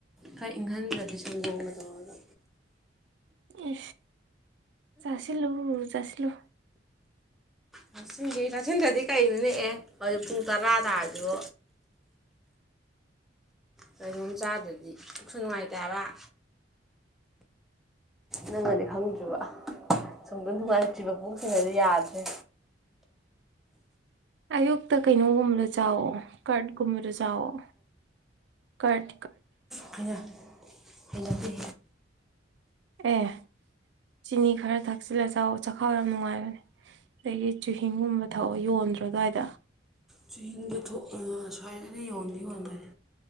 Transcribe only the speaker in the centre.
ꯈꯔ ꯏꯪꯍꯟꯗ꯭ꯔꯗꯤ ꯁꯝꯗꯣꯡꯕ ꯇꯧꯔꯒ
ꯇꯛꯁꯤꯁꯤ ꯇꯛꯁꯤꯤꯟꯗ꯭ꯔꯗꯤ ꯀꯩꯅꯣ ꯅꯦꯛꯑꯦ ꯍꯧꯖꯤꯛ ꯄꯨꯡ ꯇꯔꯥꯗꯥꯔꯁꯨ ꯀꯩꯅꯣꯝ ꯆꯥꯗ꯭ꯔꯗꯤ ꯀꯁꯨ ꯅꯨꯡꯉꯥꯏꯇꯕ ꯍꯥꯌꯕꯥ ꯅꯪꯉꯗꯤ ꯈꯪꯗꯦ ꯁꯨꯝꯗ ꯅꯨꯡꯉꯥꯏꯇ꯭ꯔꯤꯕ ꯄꯣꯛꯁꯤꯡ ꯑꯗꯤ ꯌꯥꯗ꯭ꯔꯦ
ꯈꯥꯏꯅ ꯍꯂꯗꯤ
ꯆꯨꯍꯤꯡꯗ ꯊꯣꯛꯑ ꯁ꯭ꯋꯥꯏꯗꯗꯤ ꯌꯣꯟꯗꯤ ꯌꯣꯟꯗꯦ